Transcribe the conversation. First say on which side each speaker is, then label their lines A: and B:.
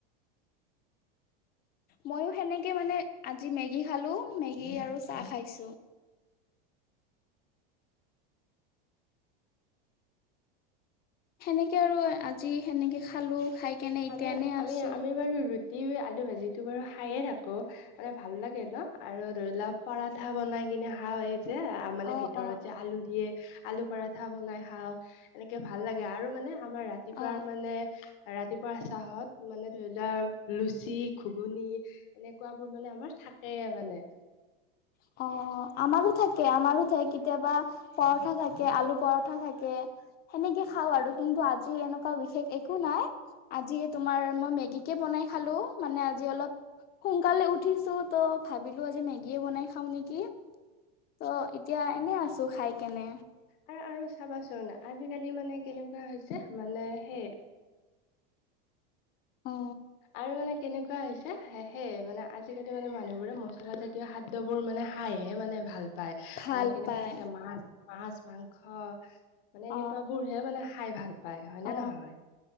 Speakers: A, on the left; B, on the left.
A: ময়ো সেনেকে মানে আজি মেগী খালো, মেগী আৰু চাহ খাইছো। সেনেকে আৰু আজি সেনেকে খালো। খাই কেনে এতিয়া
B: আমি
A: এনে আছো।
B: <unintelligible> <unintelligible> আলু ভাজিটো বাৰু খায়ে থাকো। মানে ভাল লাগে ন আৰু ধৰি লোৱা পৰাঠা বনাই কিনে খাওঁ এই যে আ মানে
A: অ
B: ভিতৰত
A: অ
B: যে আলু দিয়ে। আলু পৰাঠা বনাই খাওঁ। এনেকে ভাল লাগে আৰু মানে আমাৰ ৰাতিপুৱা
A: অ
B: নে ৰাতিপুৱা চাহত মানে ধৰি লোৱা লুচি, ঘুগুনি এনেকুৱাবোৰ মানে আমাৰ থাকে মানে।
A: অ, আমাৰো থাকে, আমাৰো থা কেতিয়াবা পৰঠা থাকে, আলু পৰঠা থাকে। সেনেকে খাওঁ আৰু কিন্তু আজি এনেকুৱা বিশেষ একো নাই। আজি তোমাৰ মই মেগীকে বনাই খালো। মানে আজি অলপ সোনকালে উঠিছো ত ভাবিলো আজি মেগীয়ে বনাই খাওঁ নেকি। ত এতিয়া এনে আছো খাই কেনে।
B: আৰ আৰু চাবাচোন আজি-কালি মানে কেনেকুৱা হৈছে মানে সেই
A: অ।
B: আৰু মানে কেনেকুৱা হৈছে সে সেই মানে আজি-কালি মানে মানুহবোৰে মছলা জাতীয় খাদ দ্যবোৰ মানে খাইহে মানে ভাল পাই
A: ভাল
B: মানে কেনেকুৱা
A: পায়
B: হৈছে মাছ, মাছ, মাংস মানে
A: অ
B: এনেকুৱাবোৰ হে মানে খাই ভাল পায়, হয়নে
A: অ
B: নহয়?